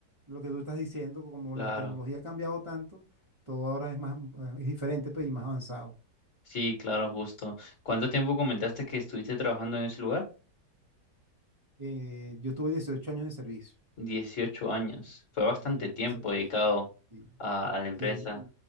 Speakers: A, on the right (about 25°); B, on the left (about 50°).
A: Lo que tú estás diciendo, como
B: claro,
A: la tecnología ha cambiado tanto, todo ahora es más, eh, es diferente, pues, y más avanzado.
B: sí, claro, justo. ¿Cuánto tiempo comentaste que estuviste trabajando en ese lugar?
A: Eh, yo tuve 18 años de servicio.
B: 18 años, fue bastante
A: 18 años
B: tiempo
A: de servicio,
B: dedicado
A: sí. Sí.
B: a, a la empresa.
A: Sí,